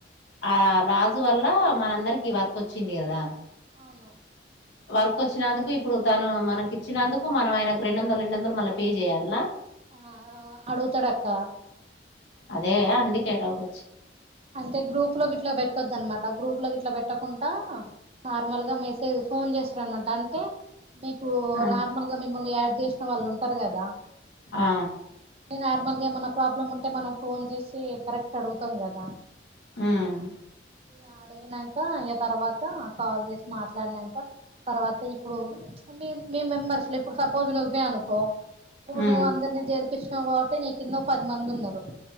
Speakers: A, on the left (about 75°); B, on the right (about 35°).
A: ఆ రాజు వల్ల మనందరికి వర్క్ వచ్చి చేపిండు కదా
B: అవును
A: వర్క్ వచ్చినందుకు ఇప్పుడు తను మనకి ఇచ్చినందుకు, మనం ఆయనకు రెండు వందలు రెండు వందలు మళ్ళ పే చేయల్న,
B: ఆ అడుగుతడు అక్క
A: అదే అందుకే డౌటు
B: అంటే గ్రూప్ లోకి ఇట్లా పెట్టొద్దు అన్నమాట గ్రూప్ లో గిట్ల పెట్టకుండా నార్మల్ గా మెస్ లేదు ఫోన్ చేసిరమన్టాంటే మీకు
A: కదా
B: నార్మల్ గా మిమ్మల్ని యాడ్ చేసిన వాళ్ళు ఉంటారు కదా
A: ఆ
B: ఏ నార్మల్గా ఏమన్నా ప్రాబ్లమ్ అంటే మనం ఫోన్ చేసి కరెక్ట్ అడుగుతాం కదా
A: ఉమ్
B: బ యాత్ అడిగినక అ తర్వాత కాల్ చేసి మాట్లాడినాక తర్వాత ఇప్పుడు మీ మీ మెంబర్స్ లో ఇప్పుడు సపోజ్ నువ్వే అనుకో ఇప్పుడు
A: ఉమ్
B: నువ్వు అందరిని చేరిపిచు తర్వాతే నీ కింద పది మంది ఉన్నారు